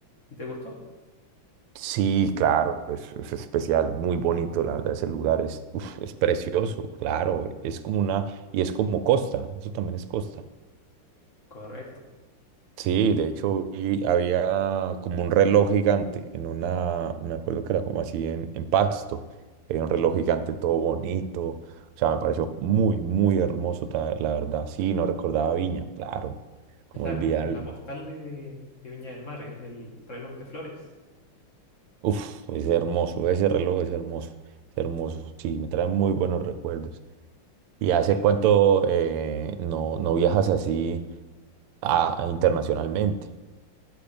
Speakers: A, on the left (about 40°); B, on the right (about 85°).
A: ¿Y te gustó?
B: Sí, claro, es, es especial, es muy bonito, la verdad, ese lugar es, uf, es precioso, claro, es como una, y es como costa, eso también es costa.
A: Correcto.
B: Sí, de hecho vi- había como un reloj gigante en una, me acuerdo que era como así en, en pasto, era un reloj gigante todo bonito, o sea, me pareció muy, muy hermoso, ta- la verdad, sí, no recordaba Viña, claro, como
A: Es la,
B: el Vidal,
A: po- la postal de, de Viña del Mar, es el reloj de flores.
B: uff, es hermoso, ese reloj es hermoso, es hermoso, sí, me trae muy buenos recuerdos. ¿Y hace
A: Ce-
B: cuánto eh, no, no viajas así a- a internacionalmente?